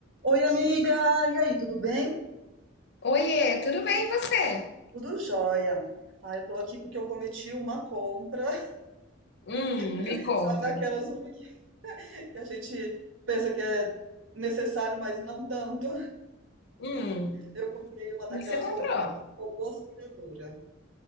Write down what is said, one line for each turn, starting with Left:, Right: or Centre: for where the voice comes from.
Right: Oi, amiga! E aí, tudo bem?
Left: Oiê, tudo bem e você?
Right: Tudo jóia. Ah, eu tô aqui porque eu cometi uma compra,
Left: Hum,
Right: <laughs>
Left: me conta.
Right: sabe, daquelas uma que, que a gente pensa que é necessário, mas não tanto.
Left: Hum,
Right: Eu comprei uma daquelas
Left: o que você comprou?
Right: ro robô aspiradora,